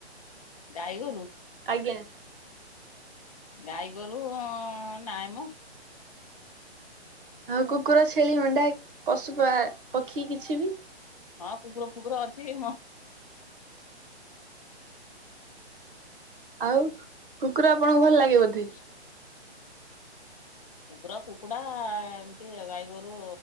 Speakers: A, on the left; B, on the right.
A: ଗାଈ ଗୋରୁୁ?
B: ଆଜ୍ଞା
A: ଗାଈଗୋରୁ ନାଇଁ ମ।
B: ଆଉ କୁକୁର ଛେଳି ମେଣ୍ଢା କି ପଶୁ ପ ପକ୍ଷୀ କିଛି ବି?
A: ହଁ କୁକୁର କୁକୁର ଅଛି।
B: ଆଉ କୁକୁର ଆପଣଙ୍କୁ ଭଲ୍ ଲାଗେ ବୋଧେ?
A: ହ କୁକୁର କୁକୁଡ଼ା ଏମତି ଗାଈ ଗୋରୁ